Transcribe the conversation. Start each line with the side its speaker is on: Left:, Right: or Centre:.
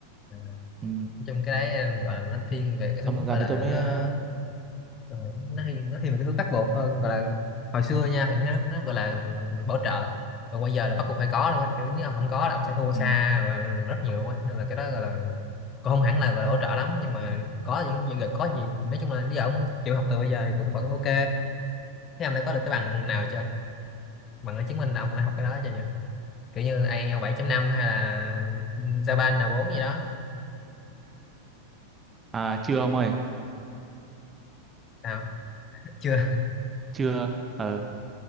Left: ờ, nói
Right: ừ.
Left: chung cái đấy ờ, gọi là nó thiên về cái
Right: xong
Left: hướng
Right: dần dần
Left: gọi là
Right: thì tôi mới
Left: nó
Right: ờ,
Left: Ờ, nó thì nó thì mình cái thứ bắt buộc hơn gọi là hồi xưa nha thì nó nó gọi là bảo trợ còn bây giờ là bắt buộc phải có luôn á kiểu nếu ông không có là ông sẽ thua xa
Right: ừ.
Left: và rất nhiều luôn á nên là cái đó gọi là cũng không hẳn là gọi là hỗ trợ lắm nhưng mà có vẫn vẫn- có gì nói chung là bây giờ ông chịu học từ bây giờ thì cũng vẫn ok thế ông đã có được cái bằng nào chưa bằng để chứng minh là ông đã học cái đó chưa nhỉ kiểu như ai eo bảy chấm năm hay là Japan là bốn gì đó
Right: à chưa ông ơi
Left: sao chưa
Right: chưa ờ